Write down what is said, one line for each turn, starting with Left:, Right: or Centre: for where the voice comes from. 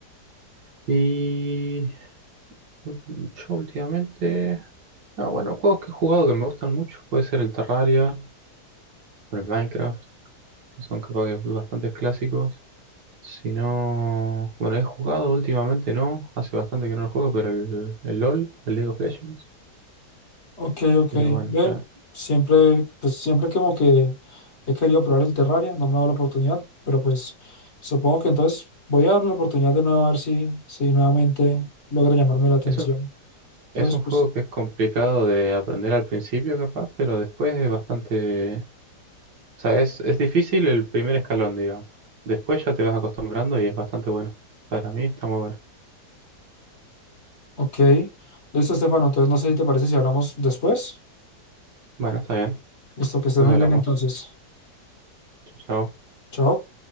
Right: y ul- yo últimamente, no, bueno, juegos que he jugado que me gustan mucho, puede ser el Terraria o el Minecraft, que son capaz que bastante clásicos. Si no, bueno, he jugado últimamente, ¿no? Hace bastante que no lo juego, pero el, el LOL, el League of Legends.
Left: Ok, ok.
Right: Pero bueno,
Left: Ve,
Right: ya.
Left: siempre, pues siempre como que he querido probar el Terraria, no me ha dado la oportunidad, pero pues supongo que entonces voy a dar la oportunidad de nuevo a ver si, si nuevamente logra llamarme la atención.
Right: Eso es
Left: Entonces,
Right: un juego
Left: pues,
Right: que es complicado de aprender al principio, capaz, pero después es bastante. O sea, es, es difícil el primer escalón, digamos. Después ya te vas acostumbrando y es bastante bueno. Para mí está muy bueno.
Left: ok. Listo, Estefano. Entonces, no sé si te parece si hablamos después.
Right: Bueno, está bien.
Left: Listo, que estés
Right: Pues
Left: muy
Right: hablamos.
Left: bien entonces.
Right: Chao, chao.
Left: Chao.